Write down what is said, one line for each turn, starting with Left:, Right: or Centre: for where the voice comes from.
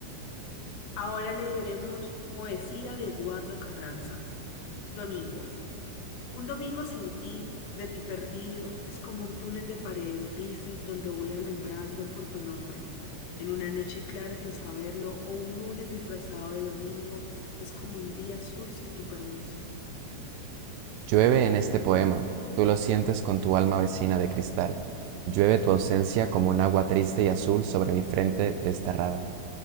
Left: ahora leeremos poesía de Eduardo Carranza. Domingo. Un domingo sin ti, de ti perdido, es como un túnel de paredes grises donde voy alumbrando por tu nombre. En una noche clara sin saberlo o un lunes disfrazado de domingo, es como un día azul sin tu permiso.
Right: Llueve en este poema, tú lo sientes con tu alma vecina de cristal. Llueve tu ausencia como un agua triste y azul sobre mi frente desterrada.